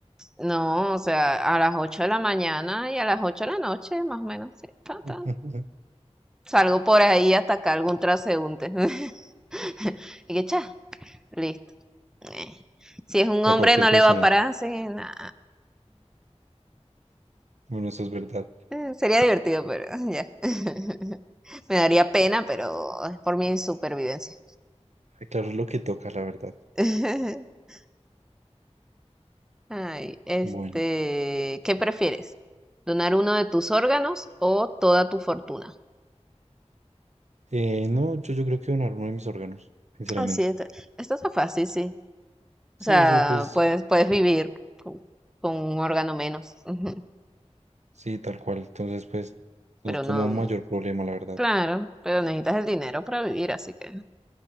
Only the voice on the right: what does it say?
<laughs>
A
cualquier
persona.
Bueno, eso es verdad.
Claro, es lo que toca, la verdad.
Bueno.
Eh, no, yo, yo creo que donar uno de mis órganos, sinceramente.
Sí,
o sea, pues
sí, tal cual. Entonces, pues
no es como
un mayor problema, la verdad.